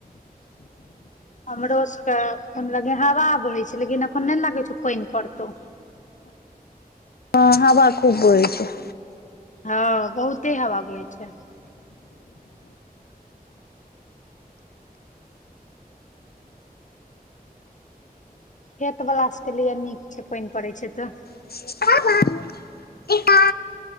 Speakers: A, on the left (about 50°); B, on the left (about 80°).
A: हमरो सबके खन लगे हवा बहै छै लेकिन अखन नै लागै छौ प‌इन पड़तौ।
B: हं हवा खूब बहै छै।
A: हँ बहुते हवा बहै छै। खेत बला सबके लिए नीक छै प‌इन पड़ै छै तऽ।
B: <unintelligible> एकटा।